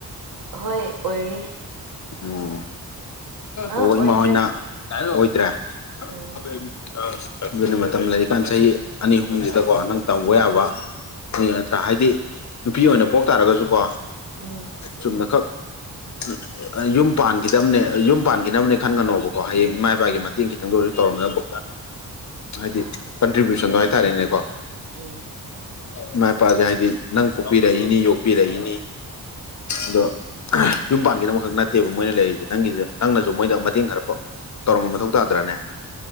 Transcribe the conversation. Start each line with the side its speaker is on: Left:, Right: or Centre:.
Right: ꯍꯣꯏ ꯑꯣꯏꯔꯤ
Left: ꯎꯝ
Right: ꯑꯥ
Left: ꯑꯣ
Right: ꯑꯣꯏꯗ꯭ꯔꯦ
Left: ꯏꯃꯥ ꯍꯣꯏꯅ ꯑꯍꯜ ꯑꯣꯏꯗ꯭ꯔꯦ <unintelligible>
Right: ꯎꯝ
Left: ꯑꯗꯨꯅ ꯃꯇꯝ ꯂꯩꯔꯤꯀꯥꯟ ꯆꯍꯤ ꯑꯅꯤ ꯑꯍꯨꯝꯁꯤꯗꯀꯣ ꯅꯪ ꯇꯝꯒꯣ ꯌꯥꯕ ꯅꯠꯇ꯭ꯔꯥ ꯍꯥꯏꯗꯤ ꯅꯨꯄꯤ ꯑꯣꯏꯅ ꯄꯣꯛ ꯇꯥꯔꯒꯁꯨ ꯀꯣ
Right: ꯎꯝ
Left: ꯆꯨꯝꯅꯈꯛ <unintelligible> ꯑꯥ ꯌꯨꯝ ꯄꯥꯟꯈꯤꯗꯕꯅꯦ ꯑꯥ ꯌꯨꯝ ꯄꯥꯟꯈꯤꯅꯕꯅꯦ ꯈꯟꯒꯅꯣꯕꯀꯣ ꯍꯌꯦꯡ ꯏꯃꯥ ꯏꯄꯥꯒꯤ ꯃꯇꯦꯡ ꯈꯤꯇꯪ ꯑꯣꯏꯔꯁꯨ ꯇꯧꯔꯝꯅꯕ ꯍꯥꯏꯗꯤ
Right: ꯍꯣꯏ
Left: ꯀꯟꯇ꯭ꯔꯤꯕ꯭ꯌꯨꯁꯟꯗꯣ ꯍꯥꯏꯇꯥꯔꯦꯅꯦꯀꯣ
Right: ꯎꯝ
Left: ꯏꯃꯥ ꯏꯄꯥꯁꯦ ꯍꯥꯏꯗꯤ ꯅꯪ ꯄꯣꯛꯄꯤꯔꯛꯏꯅꯤ ꯌꯣꯛꯄꯤꯔꯛꯏꯅꯤ ꯑꯗꯣ ꯌꯨꯝ ꯄꯥꯟꯒꯤꯅꯕꯈꯛ ꯅꯠꯇꯦꯕ ꯃꯣꯏꯅ ꯂꯩꯔꯤꯁꯦ ꯅꯪꯒꯤꯁꯨ ꯅꯪꯅꯁꯨ ꯃꯣꯏꯗ ꯃꯇꯦꯡ ꯈꯔ ꯄꯥꯡ ꯇꯧꯔꯝꯕ ꯃꯊꯧ ꯇꯥꯗ꯭ꯔꯥꯅꯦ